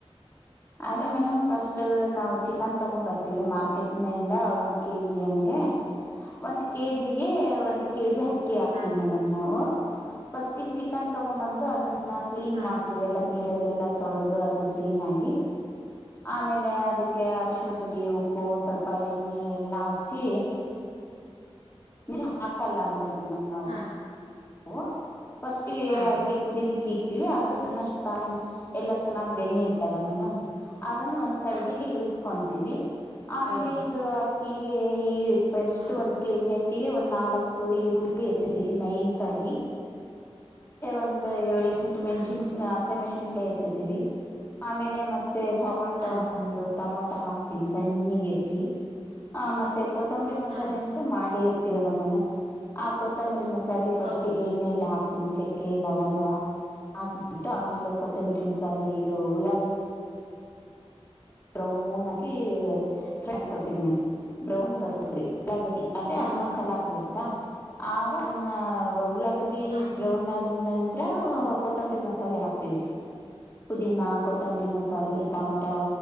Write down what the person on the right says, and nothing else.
ಹಾ
ಹಾ
ಹಾ
ಹಾ
ಹಾ
ಹಾ
ಹೌದಮ್ಮ
ಹಾ
ಹಾ
ಹಾ
ಹಾ
ಹೌದಮ್ಮ
ಹಾ
ಹಾ ಹಾ
ಹಾ
ಹಾ
ಓಹೋ